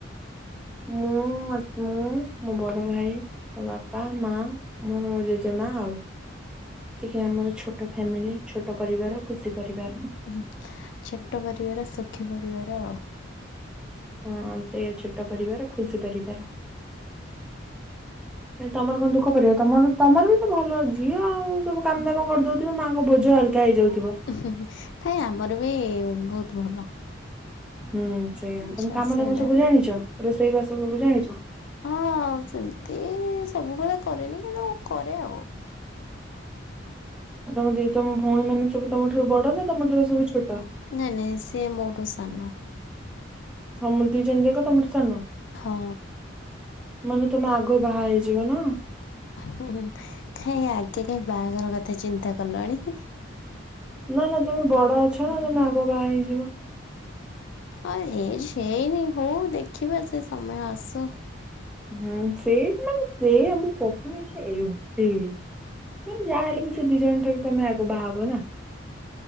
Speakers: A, in the centre; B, on the left.
A: ମୁଁ ମ ମୁଁ <inaudible> ମୋ ବଡ ଭାଇ ମୋ ବାପା ମା ମୋର ଜେଜେମା ଆଉ। ଏତିକି ଆମର ଛୋଟ ଫ୍ୟାମିଲି ଛୋଟ ପରିବାର ଖୁସି ପରିବାର।
B: ଉ ଛୋଟ ପରିବାର ସୁଖୀ ପରିବାର ଆଉ।
A: ହଁ ଆଉ ସେଇୟା ଛୋଟ ପରିବାର ଖୁସି ପରିବାର। କାଇଁ ତମର କଣ ଦୁଃଖ ପରିବାର ତମର ତମର ବି ତ ଭଲ। ଝିଅ ଆଉ ସବୁ କାମ ଦାମ କରିଦଉଥିବ ମାଙ୍କ ବୋଝ ହାଲକା ହେଇଯାଉଥିବ।
B: ନାଇଁ ଆମର ବି ବହୁତ ଭଲ।
A: ହୁଁ ସେଇଆ
B: କିଛି
A: ତମେ କାମ
B: ଅସୁବିଧା
A: ଦାମ ସବୁ
B: ନାହିଁ।
A: ଜାଣିଛ ରୋଷେଇ ବାସ ସବୁ ଜାଣିଛ?
B: ହଁ ସେମିତି ସବୁବେଳେ କରେନି କିନ୍ତୁ କରେ ଆଉ।
A: ଆଉ ତମ ଦି ତମ ଭଉଣୀ ମେନେ ସବୁ ତମ ଠାରୁ ବଡ ନା ତମଠାରୁ ସବୁ ଛୋଟ?
B: ନାଇଁ ନାଇଁ ସେ ମୋ ଠୁ ସାନ।
A: ହଁ ମୁଁ ଦି ଜଣଜାକ ତମଠୁ ସାନ?
B: ହଁ।
A: ମାନେ ତମେ ଆଗ ବାହା ହେଇଯିବ ନା?
B: ହୁଁ ହୁଁ କାଇଁ ଆଗେ କାଇଁ ବାହାଘର କଥା ଚିନ୍ତା କଲଣି।
A: ନା ନା ତମେ ବଡ ଅଛ ନା ତମେ ଆଗ ବାହା ହେଇଯିବ।
B: ଆଉ ଏଜେ ହେଇନି ହଉ ଦେଖିବା ସେ ସମୟ ଆସୁ।
A: ହୁଁ ସେ ମାନେ ସେୟା ମୁଁ କହୁନି ଯେ ଏବେ। ମାନେ ଯାହା ହେଲେବି ସେ ଦି ଜଣ ଠାରୁ ତମେ ଆଗ ବାହାହବ ନା।